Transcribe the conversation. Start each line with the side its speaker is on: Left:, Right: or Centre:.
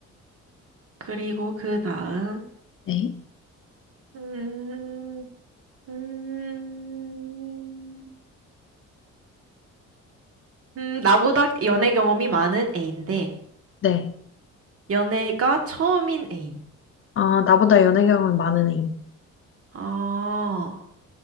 Right: 그리고 그 다음,
Left: 네,
Right: 음, 음, 음, 나보다 연애 경험이 많은 애인데,
Left: 네.
Right: 연애가 처음인 애인.
Left: 아, 나보다 연애 경험이 많은 애인.
Right: 아,